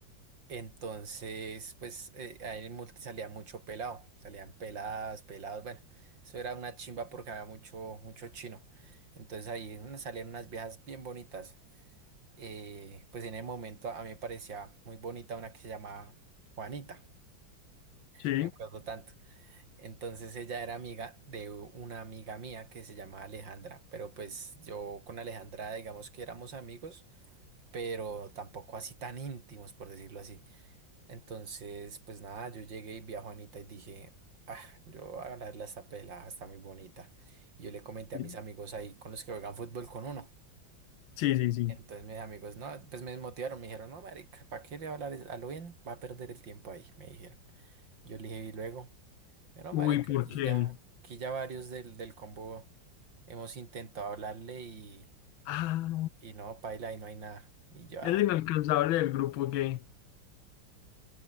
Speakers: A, on the right; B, on the left.
A: Entonces, pues eh, ahí en el multi salía mucho pelado, salían peladas, pelados, bueno, eso era una chimba porque había mucho, mucho chino. Entonces ahí una- salían unas viejas bien bonitas. Eh, pues en el momento a mí me parecía muy bonita una que se llamaba Juanita,
B: Sí,
A: me acuerdo tanto. Entonces ella era amiga de una amiga mía que se llamaba Alejandra, pero pues yo con Alejandra digamos que éramos amigos pero tampoco así tan íntimos, por decirlo así. Entonces, pues nada, yo llegué y vi a Juanita y dije, ah, yo voy a hablarle a esta pelada, está muy bonita. Y yo le comenté
B: sí,
A: a mis amigos ahí con los que juegan fútbol con uno.
B: sí, sí. sí.
A: Entonces mis amigos, no, pues me desmotivaron, me dijeron, no, marica, ¿para qué le va a hablar a lo bien? Va a perder el tiempo ahí, me dijeron. Yo le dije, y luego, pero
B: Uy,
A: marica,
B: ¿por
A: aquí
B: qué?
A: ya, aquí ya varios del, del combo hemos intentado hablarle y,
B: Ah,
A: y no, paila, ahí no hay nada. Y ya,
B: el inalcanzable del grupo gay.